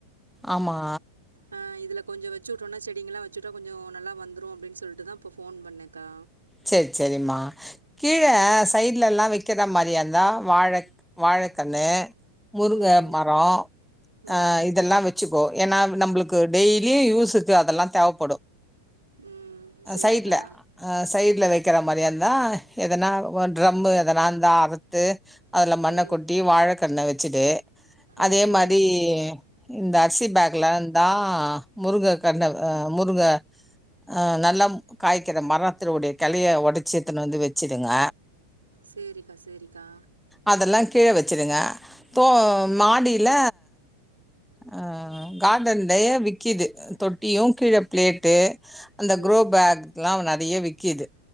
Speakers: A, in the centre; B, on the right.
A: ஆமா
B: ஆ இதுல கொஞ்சோ வச்சுட்டோனா செடிங்கலா வச்சுட்டா கொஞ்சோ நல்லா வந்துரு அப்டின் சொல்டு தா இப்ப ஃபோன் பண்ணக்கா
A: செரி செரிம்மா கீழ சைட் ல்ல எல்லா வக்ராமாரியாதா வாழக் வாழக்கன்னு முருங்க
B: ம்
A: மரோ
B: ம்
A: அ இதெல்லா வெச்சிகோ ஏனா நம்ளுக்கு டெய்லி யூசுக்கு அதெல்லா தேவப்படு
B: ம் சேரிக்கா
A: சைடுல அ சைடுல வைக்கற மாரியாந்தா எதனா ஒர் ட்ரம்மு எதனா இந்தா அறுத்து அதுல மண்ணகொட்டி
B: ம்
A: வாழக்கண்ண வச்சிடு அதே
B: ம்
A: மாரி
B: ம்
A: இந்த அர்சி பேக்லாந்தா முருக கண்ண ஹ முருங்க அ நல்லா காய்க்கற மரத்தனுடைய கெலய ஒடச்சி எத்துன்னு வந்து வச்சிடுங்க
B: சேரிக்கா சேரிக்கா
A: அதெல்லா கீழ வெச்சிருங்க ப்போ
B: ம்
A: மாடில அ கார்டன்லயே விக்கிது தொட்டியு கீழ பிளேட்டு அந்த
B: ம்
A: குரோ பேக்லா நறைய விக்கிது